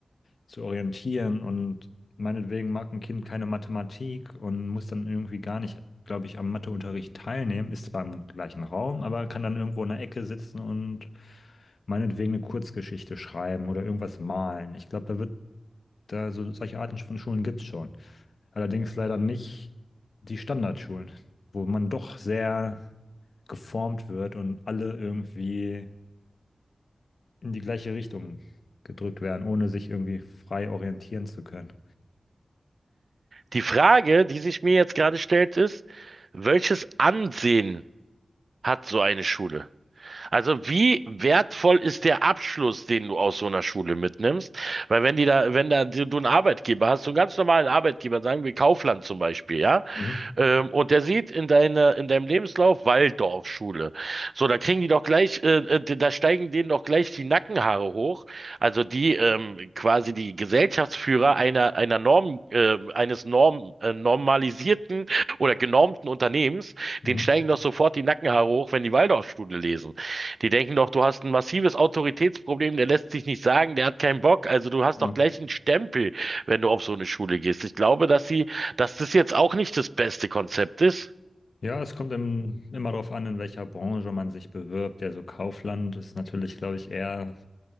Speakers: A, on the left (about 65°); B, on the right (about 60°).
A: zu orientieren. Und meinetwegen mag ein Kind keine Mathematik und muss dann irgendwie gar nicht, glaube ich, am Matheunterricht teilnehmen, ist zwar im gleichen Raum, aber kann dann irgendwo in der Ecke sitzen und meinetwegen eine Kurzgeschichte schreiben oder irgendwas malen. Ich glaube, da wird da so solche Arten von Schulen gibt es schon. Allerdings leider nicht die Standardschulen, wo man doch sehr geformt wird und alle irgendwie in die gleiche Richtung gedrückt werden, ohne sich irgendwie frei orientieren zu können.
B: Die Frage, die sich mir jetzt gerade stellt, ist, welches Ansehen hat so eine Schule? Also wie wertvoll ist der Abschluss, den du aus so einer Schule mitnimmst? Weil wenn die da, wenn da du einen Arbeitgeber hast, so einen ganz normalen Arbeitgeber, sagen wir Kaufland zum Beispiel, ja,
A: Mhm.
B: ähm, und der sieht in deiner, in deinem Lebenslauf Waldorfschule. So, da kriegen die doch gleich, äh, äh, da steigen denen doch gleich die Nackenhaare hoch. Also die ähm, quasi die Gesellschaftsführer einer, einer Norm, äh, eines Norm, äh, normalisierten oder genormten Unternehmens,
A: Mhm.
B: denen steigen doch sofort die Nackenhaare hoch, wenn die Waldorfschule lesen. Die denken doch, du hast ein massives Autoritätsproblem, der lässt sich nicht sagen, der hat keinen Bock. Also du hast
A: Ja.
B: doch gleich einen Stempel, wenn du auf so eine Schule gehst. Ich glaube, dass sie dass das jetzt auch nicht das beste Konzept ist.
A: Ja, es kommt im, immer darauf an, in welcher Branche man sich bewirbt. Also Kaufland ist natürlich, glaube ich, eher